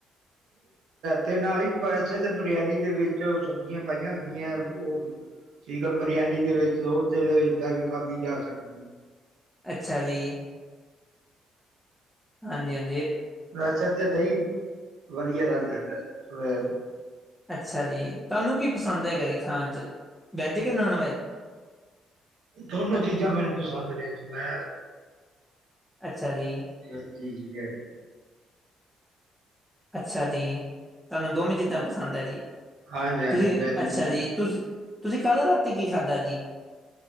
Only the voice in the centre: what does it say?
ਅੱਛਾ ਜੀ। ਹਾਂਜੀ, ਹਾਂਜੀ।
ਅੱਛਾ ਜੀ। ਤੁਹਾਨੂੰ ਕੀ ਪਸੰਦ ਹੈਗਾ ਜੀ ਖਾਣ? ਵੈਜ ਕਿ ਨੋਨ ਵੈਜ?
ਅੱਛਾ ਜੀ,
ਅੱਛਾ ਜੀ ਤੁਹਾਨੂੰ ਦੋਵੇਂ ਚੀਜ਼ਾਂ ਪਸੰਦ ਹੈ ਜੀ।
ਤੁਸੀਂ
ਅੱਛਾ
ਜੀ ਤੁਸ ਤੁਸੀਂ। ਕੱਲ ਰਾਤੀ ਕੀ ਖਾਧਾ ਜੀ?